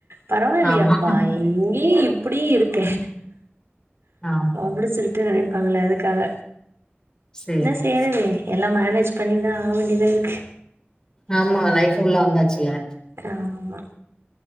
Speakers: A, on the right; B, on the left.
A: பரவாயில்லையேப்பா
B: ஆமா
A: இங்க்யே இ ப்புடி இருக்கே
B: ஆமா
A: அப்புடி சொல் து நெனைப்பாங்கள அதுக்காக
B: சேரி
A: ஆன்ன செய்றது
B: சேரி
A: எல்லா மேனேஜ் பண்ணிதா ஆவேண்டிதா இருக்
B: ஆமா லைஃபு குள்ள வந்தாச்சுல்ல
A: ஆம்மா